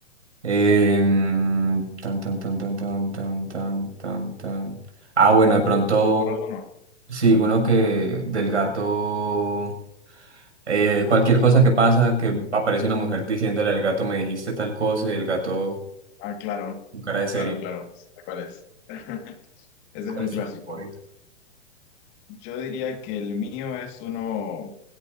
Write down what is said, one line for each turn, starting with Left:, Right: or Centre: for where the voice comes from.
Right: em, tan, tan, tan, tan, tan, tan, tan, tan, tan. Ah, bueno, de pronto,
Left: ¿No se te ocurre alguno?
Right: sí, uno que del gato, eh, cualquier cosa que pasa, que aparece una mujer diciéndole al gato, me dijiste tal cosa, y el gato
Left: Ah, claro,
Right: con cara de serio.
Left: claro, claro. ¿Cuál es? <laughs> Ese
Right: ¿Cuál
Left: es un
Right: es
Left: clásico.
Right: tu meme favorito?
Left: Yo diría que el mío es uno,